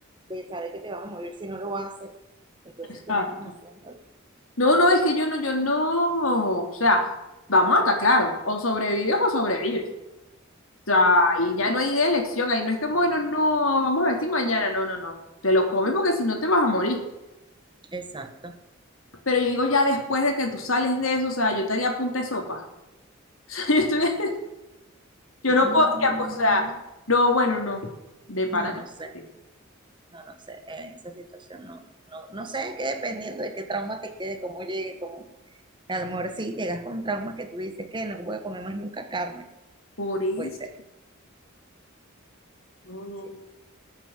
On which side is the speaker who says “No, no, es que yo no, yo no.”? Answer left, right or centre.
Left